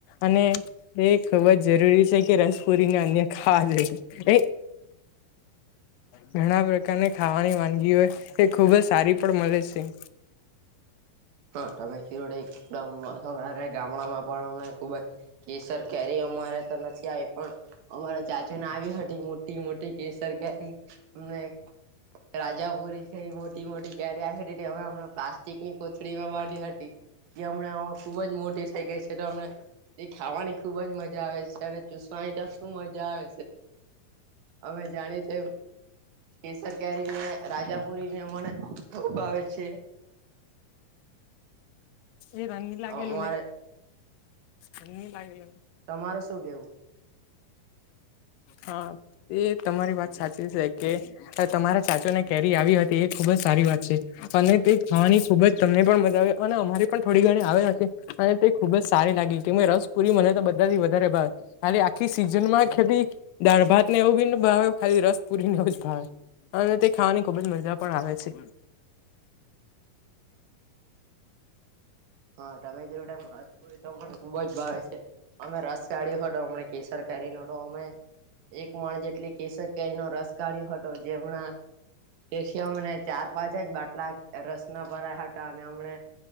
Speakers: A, on the left; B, on the right.
A: અને. એ ખબર જ જરૂરી છે કે રસપુરીને અન્ય ખાવા લઈ. ઘણા પ્રકારની ખાવાની વાનગી હોય એ ખુબ જ સારી પણ મળે છે.
B: હા તમે શિરોડ એકદમરે ગામડામાં પણ અમને ખુબ જ. કે સરકાર અમારે તો નથી આવી. પણ અમારા ચાચોને આવી હતી મોટી મોટી કેસર કરીી અમને. રાજાપુરી છે મોટી મોટી કેરી હમણાં પ્લાસ્ટિક ની કોથરી. વા વાડી હાટી. જે હમણાં ખુબ જ મોટી થઇ ગઈ છેમ એ ખાવાની ખુબ જ મજા આવે છે અને ચુસ. શું મજા આવે છે અમે જાણી તેમ. કેસર કેરી ને રાજાપુરી ને મને ખભ આવે છે.
A: એ રમ લાગેલું
B: અમારે
A: ને ર લાગેલું ન.
B: તમારું શું કેવું.
A: હા એ તમારી વાત સાચી છે કે. તો તમારા ચાચો ને કેરી આવી હતી એ ખુબ જ સારી વાત છે. અને તે ખાવાની ખુબ જ તમને પણ મજા આવે અને અમારે પણ થોડી ઘણી આવે હશે અને તે. ખુબ જ સારી લાગી કે મે રસપુરી મને તો બધાથી વધારે ભાર હાલે આખી સીઝનમાં ખેલી. દાળ ભાત ને એવું બીને ભાવ ખાલી રસ પુરીનેવ જ ભાવે અને તે ખાવાની ખુબ જ મજા પણ આવે છે.
B: <inaudible> હા તમેથીલોુંટ રસ ચળ. ખુબજ ભાવે છે અમે રસ કાઢ્યો તો હમને કેસર કરી ન તો અમે. એક મણ જેટલી કેસર કેરીનોો રસ કાઢ્યો હતો જેમના તેથી અમને ચાર પાંચ જ બાટલા રસના ભરાયા હતા અને હમણે